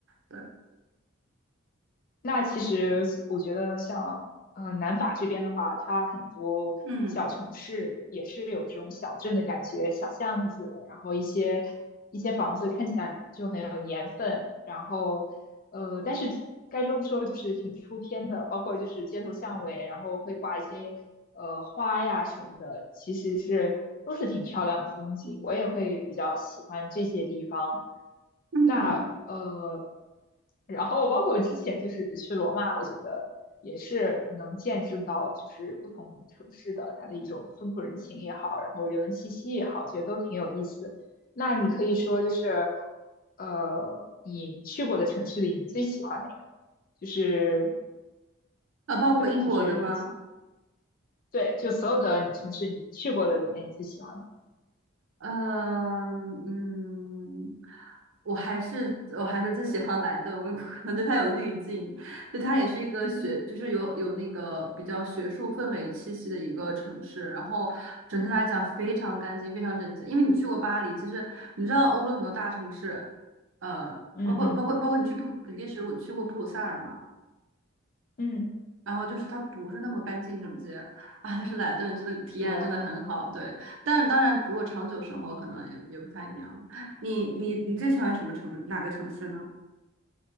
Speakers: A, on the right; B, on the left.
A: 对，
B: 那其实我觉得像，呃，南法这边的话，它很多小城市也是有这种小镇的感觉，
A: 嗯。
B: 小巷子，然后一些一些房子看起来就很有年份，然后，呃，但是该说不说，就是挺出片的，包括就是街头巷尾，然后会挂一些呃花呀什么的，其实是都是挺漂亮的风景，我也会比较喜欢这些地方。
A: 嗯，
B: 那呃。然后包括之前就是去罗马，我觉得也是能见证到，就是不同城市的它的一种风土人情也好，然后人文气息也好，我觉得都挺有意思。那你可以说就是，呃，你去过的城市里，你最喜欢哪个？就是
A: 啊，包括英国的吗？
B: 对，就是你对，就所有的城市你去过的里面，你最喜欢的。
A: 呃，嗯，我还是我还是最喜欢莱顿，我可能对它有滤镜，就它也是一个学，
B: <laughs>
A: 就是有有那个比较学术氛围气息的一个城市，然后整体来讲非常干净，非常整洁。因为你去过巴黎，其实你知道欧洲很多大城市，呃，
B: 嗯嗯
A: 包括包括包括你去布比利时，我去过布鲁塞尔吗？
B: 嗯，
A: 然后就是它不是那么干净整洁啊，但是莱顿真的体验真的很好，
B: 是的。
A: 对。但当然，如果长久生活，可能也也不太一样。你你你最喜欢什么城哪个城市呢？